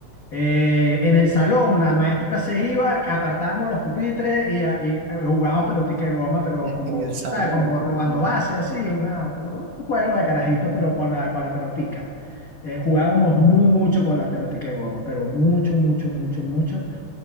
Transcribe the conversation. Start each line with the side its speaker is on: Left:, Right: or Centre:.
Left: Eh, en el salón, la maestra se iba, apartábamos los pupitres y, a- y, eh, jugábamos pelotica de goma,
Right: <laughs>
Left: pero
Right: en
Left: como,
Right: el salón,
Left: ¿sabes? Como
Right: ah,
Left: robando
Right: huevón.
Left: base, así, una- un juego de carajitos, pero con la, con la pelotica. Eh, jugábamos mucho con la pelotica de goma, pero mucho, mucho, mucho, mucho.